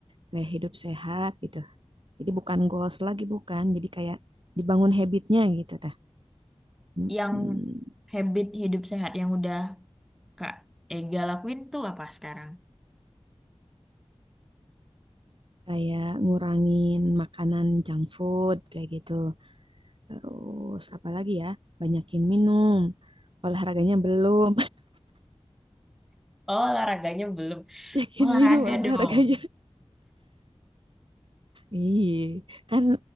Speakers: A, on the right; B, in the centre.
A: kayak hidup sehat gitu. Jadi bukan goals lagi bukan, jadi kayak dibangun habitnya gitu tah. Mm-mm.
B: Yang habit hidup sehat yang udah kak Ega lakuin tuh apa sekarang?
A: Kayak ngurangin makanan junk food kayak gitu. Terus apalagi ya, banyakin minum. Olahraganya belum,
B: Oh olahraganya belum.
A: Yakin
B: Olahraga
A: minum olahraganya.
B: dong.
A: Ih, kan